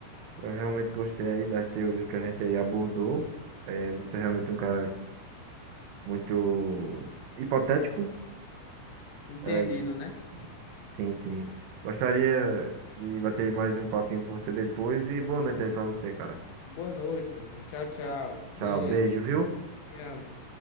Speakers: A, on the right; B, on the left.
A: Eu realmente gostei aí das teorias que a gente aí abordou. É, você é realmente um cara muito hipotético.
B: Entendido,
A: É,
B: né?
A: Sim, sim. Gostaria de bater mais um papinho com você depois e boa noite aí pra você, cara.
B: Boa noite, meu amigo. Tchau, tchau. Beijo.
A: Tchau, beijo, viu?
B: Te amo.